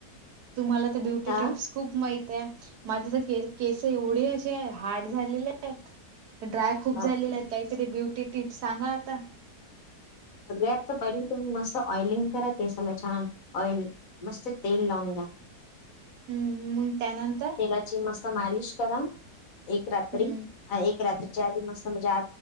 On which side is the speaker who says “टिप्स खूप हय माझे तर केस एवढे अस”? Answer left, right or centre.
Right